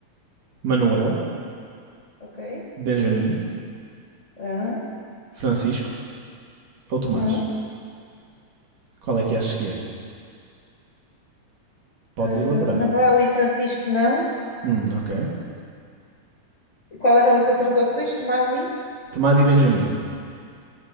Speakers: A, on the right; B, on the left.
A: Manuel,
B: Ok.
A: Benjamin,
B: Ah,
A: Francisco ou Tomás?
B: hum.
A: Qual é que achas que é?
B: Ah,
A: Podes elaborar.
B: Manuel e Francisco, não.
A: Hum, ok.
B: E Qual eram as outras opções? Tomás e?
A: Tomás e Benjamin.